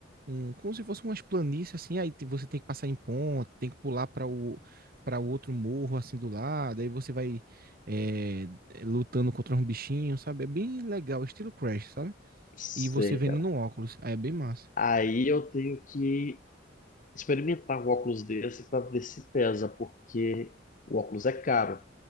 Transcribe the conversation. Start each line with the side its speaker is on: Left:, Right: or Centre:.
Right: um, como se fosse umas planícies assim. Aí te- você tem que passar em ponte, tem que pular para o para o outro morro assim do lado. Aí você vai é, lutando contra um bichinho, sabe? É bem legal, estilo Crash, sabe?
Left: sei,
Right: E você vendo
Left: cara.
Right: no óculos, aí é bem massa.
Left: Aí eu tenho que experimentar um óculos desse pra ver se pesa, porque o óculos é caro.